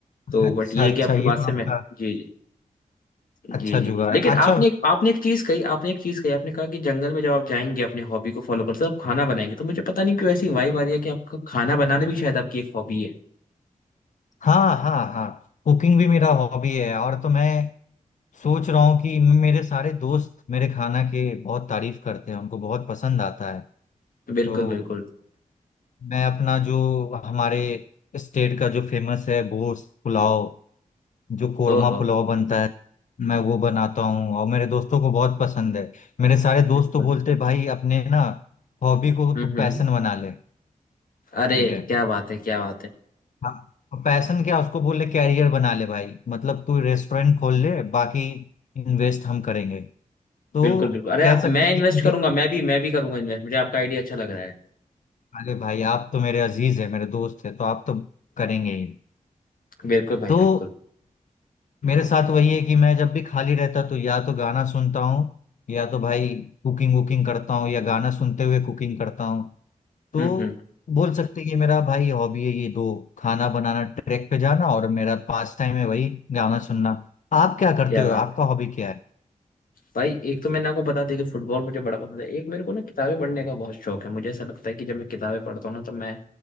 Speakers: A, on the left; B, on the left.
A: तो
B: अच्छा
A: बट ये
B: अच्छा
A: है कि आपकी बात
B: ये तो
A: से
B: आपका
A: मैं जी जी जी
B: अच्छा
A: जी
B: जुगाड़
A: लेकिन
B: है अच्छा
A: आपने एक आपने एक चीज कही आपने एक चीज कही आपने कहा कि जंगल में जब आप जाएंगे अपने हॉबी को फॉलो करते हो आप खाना बनाएंगे तो मुझे पता नहीं क्यों ऐसी वाइब आ रही है कि आपका खाना बनाना भी शायद आपकी एक हॉबी है
B: हाँ हाँ हाँ कुकिंग भी मेरा हॉबी है और तो मैं सोच रहा हूँ कि मेरे सारे दोस्त मेरे खाना के बहुत तारीफ करते हैं उनको बहुत पसंद आता है
A: बिल्कुल
B: तो
A: बिल्कुल
B: मैं अपना जो हमारे स्टेट का जो फेमस है गोश्त पुलाव जो कोरमा
A: ओहो
B: पुलाव बनता है मैं वो बनाता हूँ और मेरे दोस्तों को बहुत पसंद है मेरे सारे दोस्त
A: बिल्कुल
B: तो बोलते हैं, भाई अपने ना हॉबी को
A: हम्म
B: तू पैशन
A: हम्म
B: बना ले
A: अरे
B: ठीक है
A: क्या बात है क्या बात है
B: हाँ पैशन क्या उसको बोल ले कैरियर बना ले भाई मतलब तू रेस्टोरेंट खोल ले बाकी इन्वेस्ट हम करेंगे तो
A: बिल्कुल बिल्कुल अरे
B: कह सकते
A: मैं
B: हैं
A: इन्वेस्ट
B: कि मुझे
A: करूंगा मैं भी मैं भी करूंगा इन्वेस्ट मुझे आपका आइडिया अच्छा लग रहा है
B: अरे भाई आप तो मेरे अजीज है मेरे दोस्त है तो आप तो करेंगे ही
A: बिल्कुल भाई
B: तो
A: बिल्कुल
B: मेरे साथ वही है कि मैं जब भी खाली रहता तो या तो गाना सुनता हूँ या तो भाई कुकिंग वुकिंग करता हूँ या गाना सुनते हुए कुकिंग करता हूँ तो
A: हम्म हम्म
B: बोल सकते हैं कि मेरा भाई हॉबी है ये दो खाना बनाना ट्रैक पे जाना और मेरा पास टाइम है वही गाना सुनना आप क्या करते
A: क्या बात
B: हो आपका
A: है
B: हॉबी क्या है
A: भाई एक तो मैंने आपको बता दिया कि फुटबॉल मुझे बड़ा पसंद है एक मेरे को ना किताबें पढ़ने का बहुत शौक है मुझे ऐसा लगता है कि जब मैं किताबें पढ़ता हूँ ना तो मैं